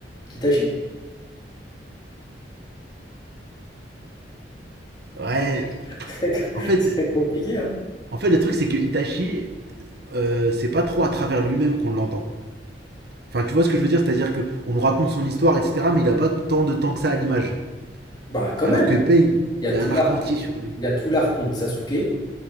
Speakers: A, on the left; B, on the right.
A: qu'Itachi?
B: Ouais,
A: <laughs> C'est
B: en fait,
A: c'est compliqué, hein?
B: en fait le truc c'est que Itachi, euh, c'est pas trop à travers lui-même qu'on l'entend. Enfin, tu vois ce que je veux dire, c'est-à-dire que on nous raconte son histoire, etc., mais il a pas tant de temps que ça à l'image.
A: Bah, quand
B: Alors
A: même,
B: que Pain,
A: il
B: il
A: y a
B: y
A: tout
B: a un
A: l'art,
B: arc entier sur lui.
A: il y a tout l'arc contre Sasuke,